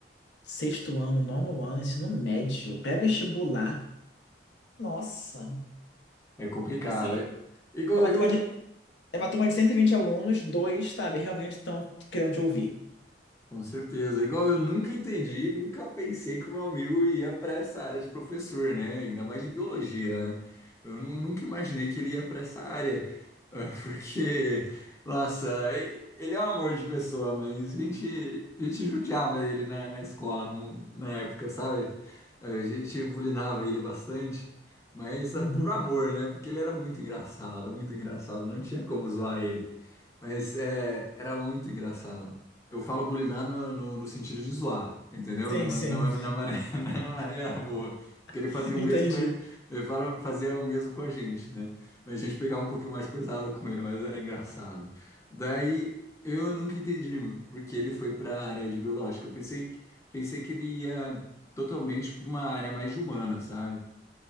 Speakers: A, on the left; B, on the left.
A: sexto ano, nono ano, ensino médio, pré-vestibular. Nossa,
B: É complicado.
A: assim,
B: É- Igual
A: é uma
B: eu,
A: turma de É uma turma de 120 alunos, dois, sabe, realmente estão querendo te ouvir.
B: Com certeza. Igual eu nunca entendi, nunca pensei que o meu amigo ia para essa área de professor, né? Ainda mais de biologia, né? Eu nu- nunca imaginei que ele ia para essa área, <laughs> eh, porque, nossa, e- ele é um amor de pessoa, mas a gente, a gente judiava ele na, na escola, no mo- na época, sabe? A gente bulinava ele bastante, mas eh,
A: Uhum.
B: por amor, né? Porque ele era muito engraçado, muito engraçado, não tinha como zoar ele. Mas eh, era muito engraçado. Eu falo bulinar no, no, no sentido de zoar, entendeu?
A: Sim,
B: Na, ma-
A: sim,
B: na, ma- na, maré, <laughs> na maré boa. Porque ele
A: <laughs>
B: fazia
A: entendi.
B: o mesmo com a, ele fala, fazia o mesmo com a gente, né? Mas a gente pegava um pouquinho mais pesado com ele, mas era engraçado. Daí eu nunca entendi porque ele foi para a área de biológica. Eu pensei, pensei que ele ia totalmente para uma área mais de humana, sabe?